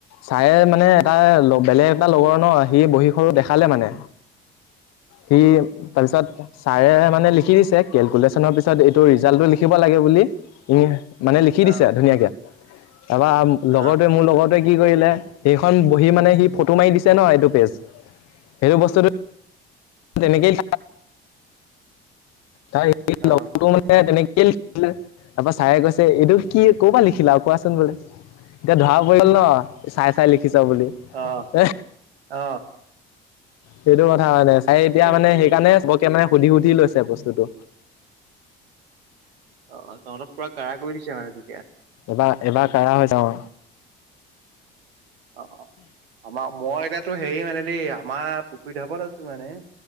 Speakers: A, on the left; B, on the right.
A: চাৰে মানে এটা বেলেগ এটা লগৰ ন, সি বহীখনো দেখালে মানে।
B: <inaudible>
A: সি তাৰপিছত ছাৰে মানে লিখি দিছে কেলকুলেশ্যনৰ পিছত। ত' ৰিজাল্টটো লিখিব লাগে বুলি, ই মানে লিখি
B: অ অ
A: দিছে ধুনীয়াকে ত
B: অ
A: লগতে মোৰ লগতো। কি কৰিলে, সেইখন বহি মানে সি ফটো মাৰি দিছে ন। এইটো পেজ। সেইটো বস্তুটো- তেনেকেই ত <unintelligible>
B: অ
A: মানে তেনেকেই লিখিলে। তাৰপৰা চাৰে কৈছে এইটো কি ক'ৰবাত লিখিলা কোৱাচোন বোলে এতিয়া ধৰা। পৰিল ন চাই চাই লিখিছ বুলি
B: অ
A: এ।
B: অ
A: সেইটো কথা হয়ানে চাই এতিয়া
B: এই
A: মানে
B: হেৰি
A: সেইকাৰণে চবকে মানে সুধি সুধি লৈছে। <unintelligible> বস্তুটো।
B: অ অ তহঁতক পুৰা কাৰা কৰি দিছে মানে তেতিয়া।
A: এবাৰ এবাৰ কাৰা হৈ যাও
B: অ' অ' আমাৰ-মই এতিয়াতো হেৰি মানে দেই আমাৰ পুখুৰী ঢাপত আছো মানে।